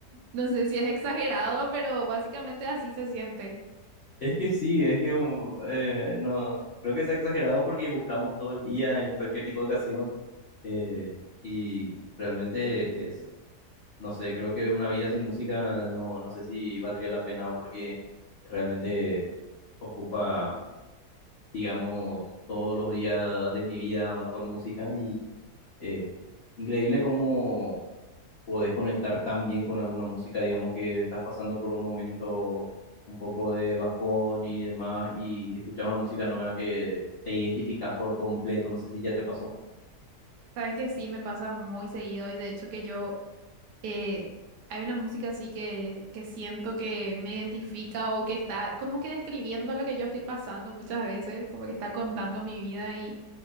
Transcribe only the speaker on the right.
No sé si es exagerado, pero básicamente así se siente.
Sabes que sí, me pasa muy seguido y de hecho que yo eh, hay una música así que, que siento que me identifica o que está como que describiendo lo que yo estoy pasando muchas veces, como que está contando mi vida y,